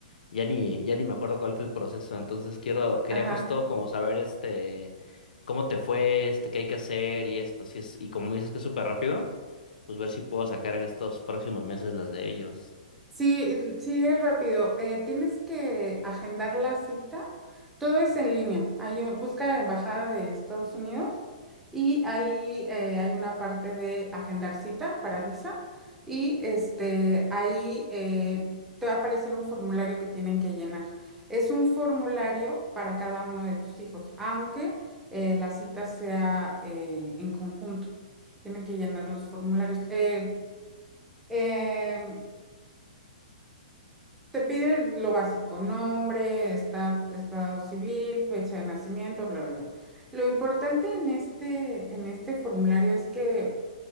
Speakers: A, on the left (about 85°); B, in the centre.
A: Ya ni, ya ni me acuerdo cuál fue el proceso, entonces quiero, quería
B: Ajá.
A: justo como saber este, cómo te fue, este, qué hay que hacer y esto, si es, y como dices que es súper rápido, pues ver si puedo sacar en estos próximos meses las de ellos.
B: Sí, sí, es rápido. Eh, tienes que agendar la cita. Todo es en línea. Hay un- busca Embajada de Estados Unidos y ahí eh, hay una parte de agendar cita para visa y este, ahí eh, te va a aparecer un formulario que tienen que llenar. Es un formulario para cada uno de tus hijos, aunque eh, la cita sea eh, en conjunto. Tienen que llenar los formularios. Eh, em, te pide lo básico, nombre, esta- estado civil, fecha de nacimiento, bla, bla, bla. Lo importante en este, en este formulario es que